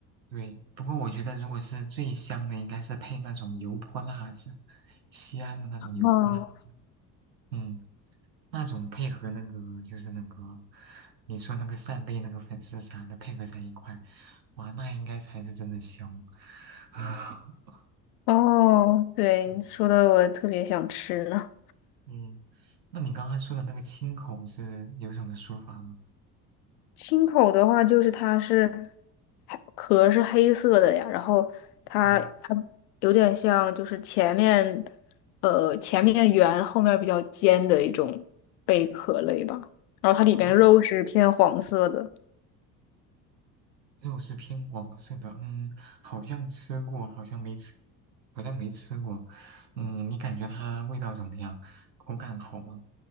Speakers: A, on the right (about 85°); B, on the left (about 70°).
A: 对，不过我觉得如果是最香的，应该是配那种油泼辣子，西安的那种油泼辣子，
B: 哦，
A: 嗯。那种配合那个就是那个，你说那个扇贝那个粉丝啥的配合在一块，哇，那应该才是真的香。<laughs> 啊，
B: 哦，对，你说的我特别想吃呢。
A: 嗯嗯，那你刚刚说的那个青口是有什么说法吗？
B: 青口的话，就是它是它壳是黑色的呀，然后它它有点像就是前面
A: 哦，
B: 呃前面圆后面比较尖的一种贝壳类吧，然后它里边肉是偏黄色的。
A: 啊，肉是偏黄色的，嗯，好像吃过，好像没吃，好像没吃过。嗯，你感觉它味道怎么样？口感好吗？